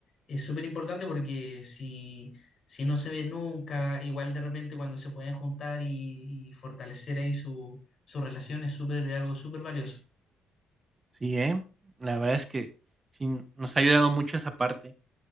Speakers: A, on the left; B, on the right.
A: es súper importante porque si, si no se ve nunca, igual de repente cuando se pueden juntar y, y fortalecer ahí su, su relación es súper, algo súper valioso.
B: Sí, ¿eh? La verdad es que sí nos ha ayudado mucho esa parte,